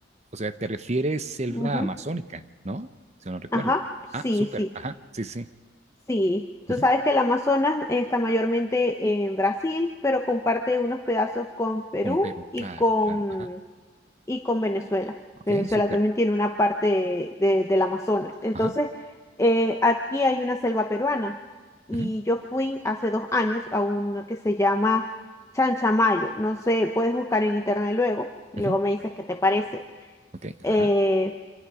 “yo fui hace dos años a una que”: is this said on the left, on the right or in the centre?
Left